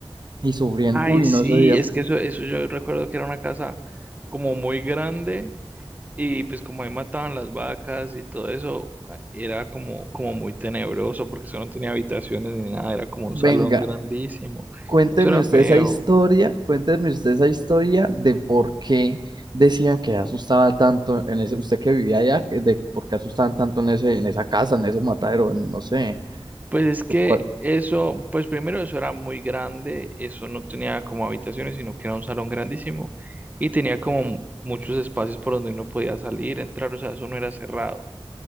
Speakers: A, on the right; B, on the right.
A: y sufriendo.
B: ay,
A: Uy,
B: sí,
A: no, ese día,
B: es que eso, eso yo recuerdo que era una casa como muy grande y pues como ahí mataban las vacas y todo eso, a- era como, como muy tenebroso porque eso no tenía habitaciones ni nada, era como un
A: venga.
B: salón grandísimo.
A: Cuénteme
B: Eso era
A: usted
B: feo.
A: esa historia, cuénteme usted esa historia de por qué decían que asustaba tanto en ese, usted que vivía allá, que de por qué asustaban tanto en ese, en esa casa, en ese matadero, en- no sé,
B: Pues es que
A: lo cual,
B: eso, pues primero eso era muy grande, eso no tenía como habitaciones, sino que era un salón grandísimo y tenía como mu- muchos espacios por donde uno podía salir, entrar, o sea, eso no era cerrado.